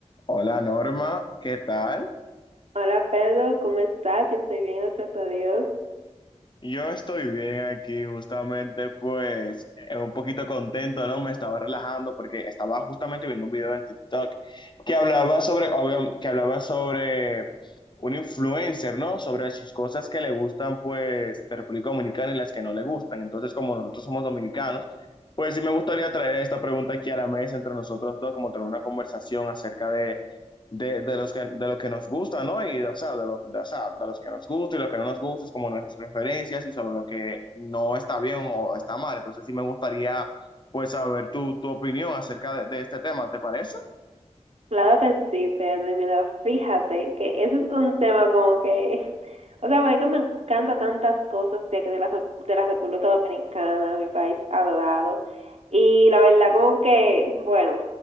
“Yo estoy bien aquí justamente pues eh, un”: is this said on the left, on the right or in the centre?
Left